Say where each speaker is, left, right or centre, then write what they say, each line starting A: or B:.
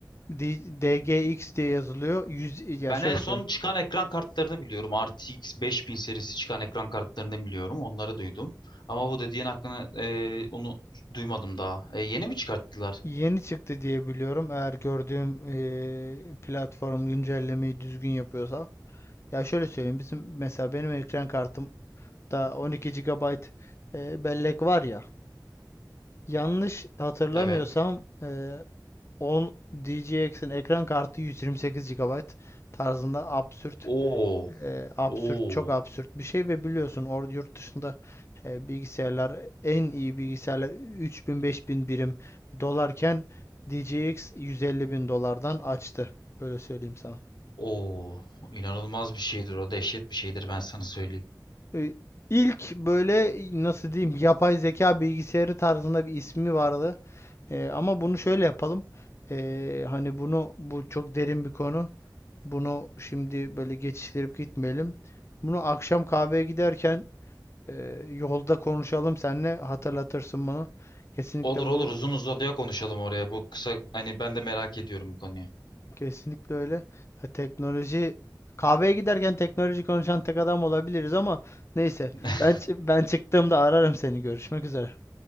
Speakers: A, on the left; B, on the left.
A: D- DGX diye yazılıyor. 100,
B: Ben
A: ya şöyle
B: en son
A: söyleyeyim.
B: çıkan ekran kartlarını biliyorum. RTX 5000 serisi çıkan ekran kartlarını biliyorum. Onları duydum. Ama bu dediğin hakkını e, onu duymadım daha. E, yeni mi çıkarttılar?
A: Yeni çıktı diye biliyorum. Eğer gördüğüm eee, platform güncellemeyi düzgün yapıyorsa. Ya şöyle söyleyeyim. Bizim mesela benim ekran kartımda 12 GB eee, bellek var ya. Yanlış hatırlamıyorsam
B: Evet.
A: eee 10 DGX'in ekran kartı 128 GB tarzında absürt
B: Oo.
A: e, absürt,
B: Oo.
A: çok absürt bir şey ve biliyorsun orada yurt dışında e, bilgisayarlar en iyi bilgisayarlar 3000 bin beş bin birim dolarken D J DJX 150 bin dolardan açtı. Böyle söyleyeyim sana.
B: Oo, inanılmaz bir şeydir o dehşet bir şeydir ben sana söyleyeyim.
A: E, İlk böyle nasıl diyeyim yapay zeka bilgisayarı tarzında bir ismi vardı. E, ama bunu şöyle yapalım. E, hani bunu bu çok derin bir konu. Bunu şimdi böyle geçiştirip gitmeyelim. Bunu akşam kahveye giderken Ee, yolda konuşalım seninle hatırlatırsın bunu. Kesinlikle
B: Olur olur
A: bu
B: uzun uzadıya konuşalım oraya bu kısa hani ben de merak ediyorum bu konuyu.
A: kesinlikle öyle. Ha, teknoloji kahveye giderken teknoloji konuşan tek adam olabiliriz ama neyse
B: <laughs>
A: ben ben çıktığımda ararım seni. Görüşmek üzere.